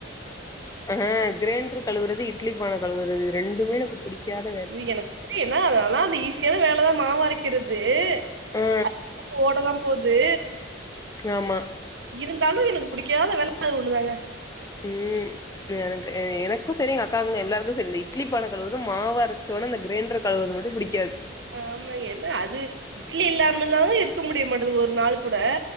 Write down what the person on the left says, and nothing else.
ஆ கிரேண்டரு கழுவுறது இ இட்லீ பான கழுவுறது இது ரெண்டுமே எனக்கு புடிக்காத வேல
ஆ
ஆமா
உம் எனக்கு எனக்கு செரி எங்க அக்காவுங்க எல்லாருக்கு செரி இந்த இட்லி பான கழுறது மாவு அரைச்சோன அந்த கிரைண்டரு கழுவுரது மட்டு புடிக்காது